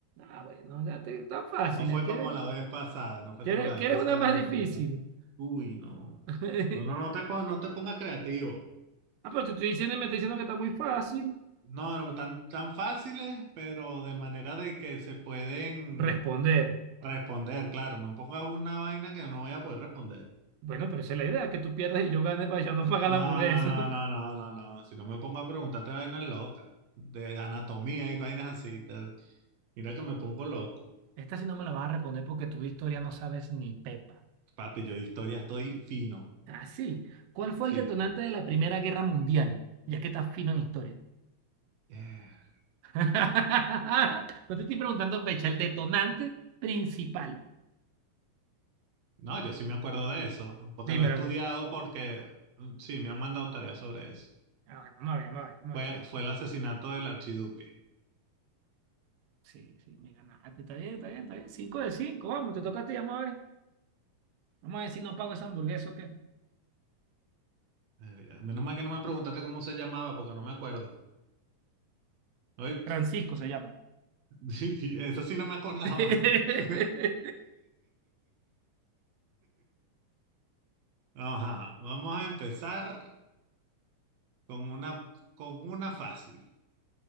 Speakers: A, on the right (about 85°); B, on the right (about 70°).
A: Ah, bueno, ya te, tan fácil.
B: No fue
A: ¿eh? ¿Quieres,
B: como la vez pasada, no fue
A: quieres,
B: como la vez
A: quieres
B: pasada
A: una más
B: que me
A: difícil?
B: preguntaste. Uy, no.
A: <laughs>
B: No, no, no te pongas, no te pongas creativo.
A: Ah, pero te estoy diciendo y me está diciendo que está muy fácil
B: No, no, tan, tan fáciles, pero de manera de que se pueden
A: responder.
B: responder, claro. No pongas una vaina que no voy a poder responder.
A: Bueno, pero esa es la idea, que tú pierdas y yo gane para yo no pagar la
B: No,
A: hamburguesa.
B: no, no, no, no, no, no. Si no me pongo a preguntarte vainas locas, de anatomía y vainas así, tal. Mira que me pongo loco.
A: Esta sí no me la vas a responder porque tu historia no sabes ni pepa.
B: Papi, yo de historia estoy fino.
A: Ah, sí. ¿Cuál fue
B: Sí.
A: el detonante de la Primera Guerra Mundial? Ya que estás fino en historia.
B: Eh,
A: <laughs> No te estoy preguntando fecha, el detonante principal.
B: No, yo sí me acuerdo de eso, porque
A: Dímelo,
B: lo he estudiado
A: pues.
B: porque mm, sí, me han mandado tareas sobre eso.
A: A ver, vamos a ver, vamos a ver. vamos
B: Fue,
A: a ver.
B: fue el asesinato del archiduque.
A: Sí, sí, me ganaste. Está bien, está bien, está bien. Cinco de cinco, vamos, te toca a ti, vamos a ver. Vamos a ver si no pago esa hamburguesa o qué.
B: Eh, Menos mal que no me preguntaste cómo se llamaba, porque no me acuerdo. ¿Oíste?
A: Francisco se llama.
B: <laughs> Eso sí no me acordaba.
A: <laughs>
B: <laughs> Ajá, vamos a empezar con una, con una fácil.